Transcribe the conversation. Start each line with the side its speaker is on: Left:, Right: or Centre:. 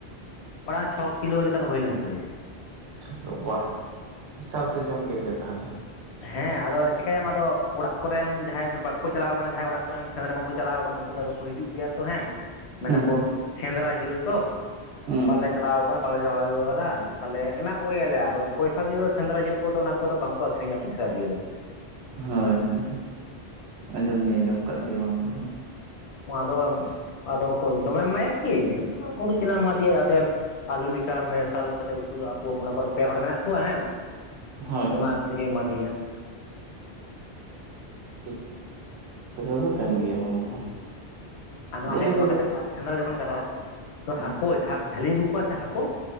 Left: ᱯᱟᱲᱟ ᱪᱷᱚ ᱠᱤᱞᱳ ᱞᱮᱠᱟ ᱫᱚ ᱦᱩᱭ ᱞᱮᱱ ᱛᱟᱞᱮᱭᱟ᱾
Right: ᱟᱨᱮ ᱵᱟᱼᱚᱜ ᱵᱤᱥᱟᱞ ᱯᱮ ᱡᱚᱢ ᱠᱮᱫ ᱫᱚ ᱛᱟᱦᱚᱞᱮ᱾
Left: ᱦᱮᱸ ᱟᱫᱚ ᱪᱮᱠᱟᱹᱭᱟᱢ ᱟᱫᱚ ᱚᱲᱟᱜ ᱠᱚᱨᱮᱱ ᱡᱟᱦᱟᱸᱭ ᱵᱟᱠᱩ ᱪᱟᱞᱟᱣ ᱠᱟᱱᱟ ᱡᱟᱦᱟᱸᱭ ᱚᱲᱟᱜ ᱠᱚᱨᱮᱱ ᱥᱮᱸᱫᱽᱨᱟ ᱵᱟᱝᱠᱚ ᱪᱟᱞᱟᱣ ᱠᱟᱱᱟ᱾ ᱩᱱᱠᱩ ᱫᱚ ᱟᱫᱚ ᱠᱚ ᱦᱤᱡᱩᱜ ᱜᱮᱭᱟ ᱛᱚ ᱦᱮᱸ ᱢᱮᱱᱟᱠᱚ
Right: ᱦᱩᱸ
Left: ᱥᱮᱸᱫᱽᱨᱟ ᱡᱤᱞ ᱛᱚ
Right: ᱦᱩᱸ
Left: ᱵᱟᱞᱮ ᱪᱟᱞᱟᱣ ᱠᱟᱱᱟ ᱵᱟᱞᱮ <unintelligible> ᱠᱟᱫᱟ ᱛᱷᱟᱞᱮ ᱮᱢᱟ ᱠᱚ ᱜᱮᱭᱟᱞᱮ ᱟᱫᱚ ᱯᱚᱭᱥᱟ ᱫᱤᱭᱮ ᱫᱚ ᱥᱮᱸᱫᱽᱨᱟ ᱡᱤᱞ ᱠᱚᱫᱚ ᱚᱱᱟ ᱠᱚᱫᱚ ᱵᱟᱝᱠᱚ ᱟᱹᱠᱷᱨᱤᱧᱼᱟ ᱯᱚᱭᱥᱟ ᱫᱤᱭᱮ ᱫᱚ
Right: ᱦᱳᱭ ᱦᱳᱭ ᱟᱸᱡᱚᱢ ᱫᱩᱧ ᱟᱸᱡᱚᱢ ᱟᱠᱟᱫ ᱜᱮᱭᱟ ᱵᱟᱝ ᱫᱚ ᱵᱟᱝ᱾
Left: ᱩᱣᱟ ᱫᱚᱢ ᱟᱫᱚ ᱠᱳ ᱫᱚᱢᱮᱢ ᱮᱢᱟᱭᱟ ᱠᱤ᱾ ᱦᱩᱰᱩᱜ ᱪᱟᱞᱟᱜ ᱮᱢᱟ ᱫᱮᱭᱟ ᱡᱟᱛᱮ ᱟᱹᱞᱩ ᱞᱮᱠᱟ ᱢᱮᱥᱟᱞ ᱠᱟᱛᱮᱫ ᱩᱛᱩ ᱫᱚ ᱟᱠᱩ ᱢᱚᱱᱮ ᱠᱚᱨ ᱯᱮ ᱦᱚᱲ ᱢᱮᱱᱟᱜ ᱠᱚᱣᱟ ᱦᱮᱸ
Right: ᱦᱳᱭ
Left: ᱚᱱᱟ
Right: ᱦᱳᱭ
Left: ᱚᱡᱮ ᱮᱢᱟ ᱫᱤᱭᱟ᱾
Right: ᱴᱷᱤᱠ ᱠᱟᱛᱷᱟ ᱫᱚ ᱠᱟᱱ ᱜᱮᱭᱟ ᱵᱟᱝ ᱫᱚ ᱵᱟᱝ᱾
Left: ᱟᱨ ᱱᱚᱣᱟ
Right: ᱡᱟᱭᱦᱳᱠ
Left: ᱦᱮᱸ ᱱᱚᱣᱟ
Right: ᱟᱫᱚ
Left: ᱠᱟᱛᱷᱟ ᱥᱮᱸᱫᱽᱨᱟ ᱡᱚᱠᱷᱚᱱ ᱠᱟᱛᱷᱟ ᱨᱮ ᱛᱚ
Right: ᱦᱮᱸ
Left: ᱦᱟᱠᱳ ᱡᱟᱦᱟᱸ ᱡᱷᱟᱹᱞᱤ ᱟᱹᱜᱩ ᱠᱚᱣᱟ ᱥᱮ ᱦᱟᱠᱳ